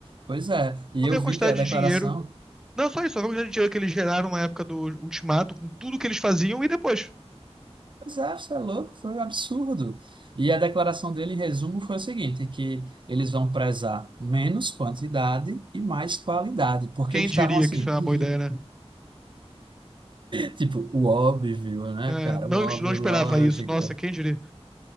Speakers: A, on the right; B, in the centre.
A: Pois é, e
B: Vou
A: eu
B: ver a
A: vi
B: quantidade
A: que a declaração
B: de dinheiro. Não só isso, só ver a quantidade de dinheiro que eles geraram na época do Ultimato, com tudo que eles faziam e depois.
A: Pois é, você é louco, foi um absurdo. E a declaração dele, em resumo, foi o seguinte, que eles vão prezar menos quantidade e mais qualidade, porque
B: Quem
A: eles estavam
B: diria
A: assim,
B: que isso é uma
A: <laughs>
B: boa ideia, né?
A: tipo, o óbvio, né,
B: É,
A: cara?
B: não,
A: O óbvio,
B: não esperava
A: lógico.
B: isso. Nossa, quem diria?